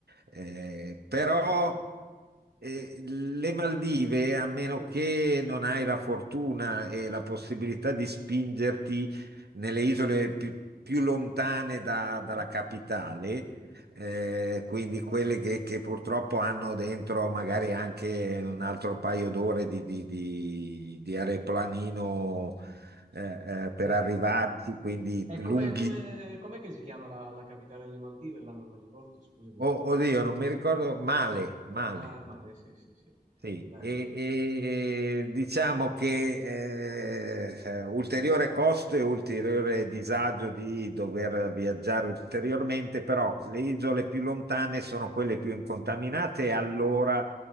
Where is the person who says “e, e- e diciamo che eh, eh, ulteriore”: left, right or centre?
Right